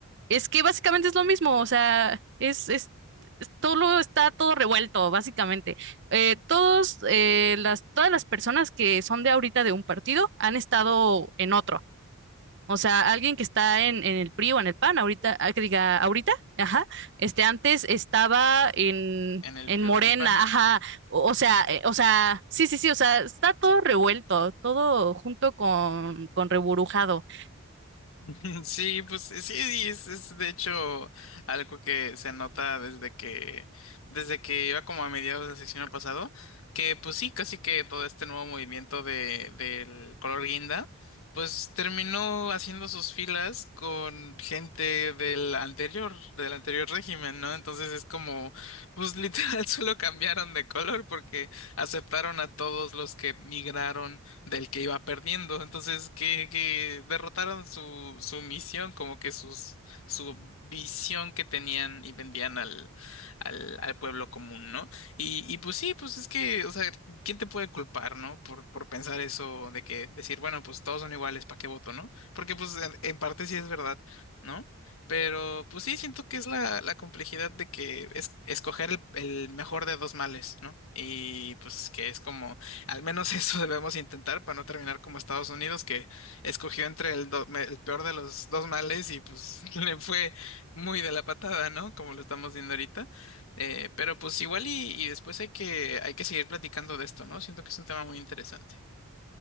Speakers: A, on the right (about 50°); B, on the left (about 65°).
A: es que básicamente es lo mismo, o sea, es, es todo lo está todo revuelto, básicamente. Eh, todos, eh, las, todas las personas que son de ahorita de un partido han estado en otro. O sea, alguien que está en, en el PRI o en el PAN, ahorita, ah, que diga ahorita, ajá, este antes estaba en,
B: En el
A: en
B: frío,
A: Morena,
B: en el pan.
A: ajá, o, o sea, eh, o sea, sí, sí, sí, o sea, está todo revuelto, todo junto con, con reburujado.
B: <laughs> Sí, pues sí, sí, es, es de hecho algo que se nota desde que, desde que iba como a mediados del sexenio pasado, que pues sí, casi que todo este nuevo movimiento de, del color guinda, pues terminó haciendo sus filas con gente del anterior, del anterior régimen, ¿no? Entonces es como, pues literal <laughs> solo cambiaron de color porque aceptaron a todos los que migraron del que iba perdiendo. Entonces, que, que derrotaron su, su misión, como que sus, su visión que tenían y vendían al, al, al pueblo común, ¿no? Y, y pues sí, pues es que, o sea, ¿quién te puede culpar, ¿no? Por, por pensar eso de que decir, bueno, pues todos son iguales, ¿para qué voto, ¿no? Porque pues en, en parte sí es verdad, ¿no? Pero pues sí, siento que es la, la complejidad de que es escoger el, el mejor de dos males, ¿no? Y pues que es como al menos <laughs> eso debemos intentar para no terminar como Estados Unidos, que escogió entre el, do- me- el peor de los dos males y pues <laughs> le fue muy de la patada, ¿no? Como lo estamos viendo ahorita. Eh, pero pues igual y, y después hay que, hay que seguir platicando de esto, ¿no? Siento que es un tema muy interesante.